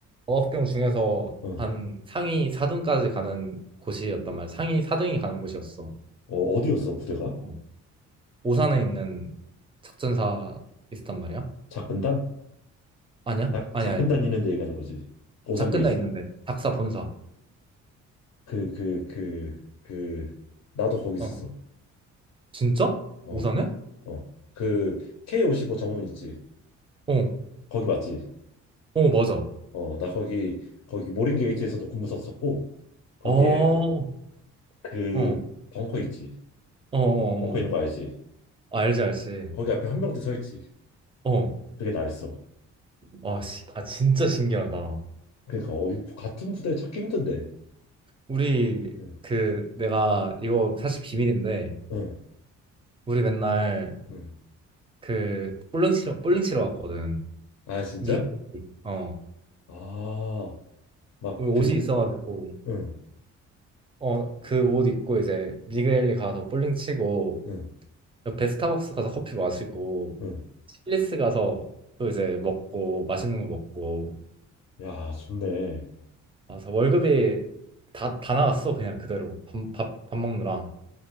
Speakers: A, on the right; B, on the left.
A: 어학병 중에서
B: 응.
A: 한 상위 4등까지 가는 곳이었단 말이야. 상위 4등이 가는 곳이었어.
B: 어, 어디였어 부대가?
A: 어. 오산에 있는 작전사 있었단 말이야.
B: 작근단?
A: 아니야?
B: 작
A: 아니야,
B: 작근단
A: 아니야.
B: 있는데 얘기하는 거지. 고산
A: 작근다
B: 베이스.
A: 있는데 작사 본사.
B: 그, 그, 그, 그, 나도 거기 있었어.
A: 어. 진짜?
B: 어,
A: 오사네?
B: 어. 그 K55 정문 있지.
A: 어.
B: 거기 맞지?
A: 어, 맞아.
B: 어, 나 거기 거기 모린 게이트에서도 근무 썼었고 거기에
A: 어. 어.
B: 그
A: 어,
B: 벙커 있지.
A: 어, 어.
B: 벙, 벙커 있는 거 알지?
A: 알지, 알지.
B: 거기 앞에 헌병대 서 있지.
A: 어.
B: 그게 나였어.
A: 아, 시, 아, 진짜 신기하다.
B: 그러니까 어, 이 같은 부대 찾기 힘든데.
A: 우리
B: 응.
A: 그 내가 이거 사실 비밀인데
B: 응.
A: 우리 맨날
B: 응
A: 그 볼링 치러 볼링 치러 왔거든.
B: 아, 진짜?
A: 미국. 어.
B: 아, 막
A: 우리 옷이
B: 그,
A: 있어가지고
B: 응,
A: 어, 그 옷 입고 이제 미그엘리 가서 볼링 치고
B: 응,
A: 옆에 스타벅스 가서 커피 마시고
B: 응.
A: 칠리스 가서 또 이제 먹고 맛있는 거 먹고
B: 야, 좋네.
A: 아, 그래서 월급이 다, 다 나갔어, 그냥 그대로. 밥, 밥, 밥 먹느라.